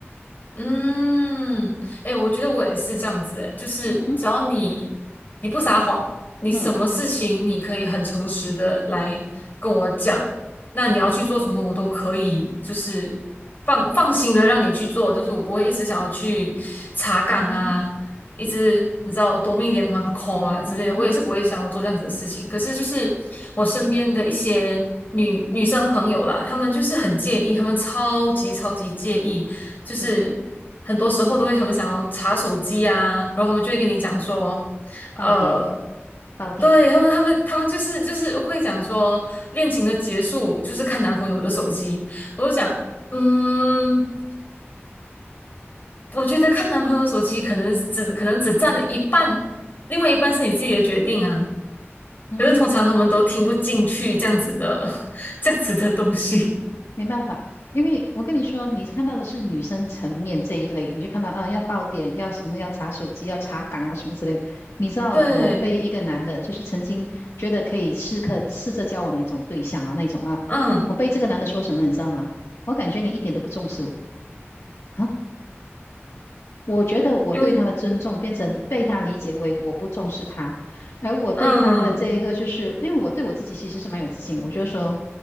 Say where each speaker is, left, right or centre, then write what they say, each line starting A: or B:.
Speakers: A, on the left; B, on the left.
A: 嗯，哎、我觉得我也是这样子、哎，就是只要你你不撒谎，
B: 嗯哼，
A: 你什么事情你可以很诚实的来跟我讲，
B: 嗯
A: 那你要去做什么，我都可以，就是放放心的让你去做，就是我不会一直想要去查岗啊，
B: 嗯哼，
A: 一直你知道夺命连环 call
B: 嗯哼，
A: 啊之类的，我也是不会想要做这样子的事情。可是就是我身边的一些女女生朋友啦，她们就是很介意，她们超级超级介意。就是很多时候都会他们想要查手机啊，
B: 嗯哼，
A: 然后他们就会跟你讲说，
B: 爆点，
A: 呃，
B: 爆地点，
A: 对，他们他们他们就是就是会讲说恋情的结束就是看男朋友的手机，我就讲，嗯，我觉得看男朋友手机可能只可能只占了一半，另外一半是你自己的决定啊。
B: 嗯哼。
A: 可是通常他们都听不进去这样子的 <laughs> 这样子的东西，
B: 没办法，因为我跟你说，你看到的是女生层面这一类，你就看到啊，要爆点，要什么，要查手机，要查岗啊，什么之类的你知道，
A: <laughs> 对，
B: 我被一个男的，就是曾经觉得可以试客试着交往的一种对象啊，那种啊，
A: 嗯，
B: 我被这个男的说什么，你知道吗？我感觉你一点都不重视我啊，我觉得我对他的尊重变成被他理解为我不重视他，
A: 因为
B: 而我对他的这一个就是，
A: 嗯，
B: 因为我对我自己其实是蛮有自信的，我觉得说